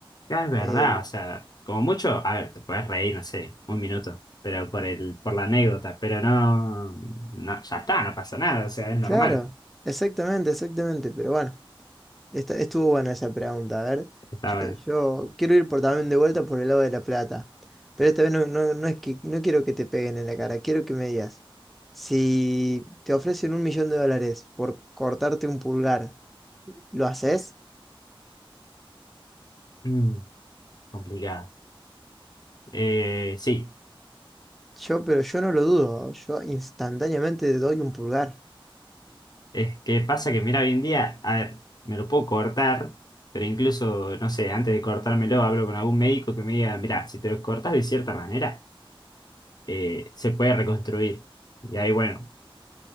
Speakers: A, on the left (about 45°); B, in the centre.
A: Ya es verdad,
B: Eh,
A: o sea, como mucho, a ver, te puedes reír, no sé, un minuto, pero por el, por la anécdota, pero no, no, ya está, no pasa nada, o sea, es normal.
B: claro, exactamente, exactamente. Pero bueno, Esta- estuvo buena esa pregunta. A ver,
A: Está
B: yo,
A: bueno.
B: yo quiero ir por también de vuelta por el lado de la plata. Pero esta vez no, no, no es que no quiero que te peguen en la cara, quiero que me digas. Si te ofrecen un millón de dólares por cortarte un pulgar, ¿lo haces?
A: Mm, complicado. Eh, sí,
B: Yo, pero yo no lo dudo. Yo instantáneamente te doy un pulgar.
A: es que pasa que, mira, hoy en día, a ver, me lo puedo cortar, pero incluso, no sé, antes de cortármelo hablo con algún médico que me diga, mira, si te lo cortas de cierta manera, eh, se puede reconstruir. Y ahí, bueno,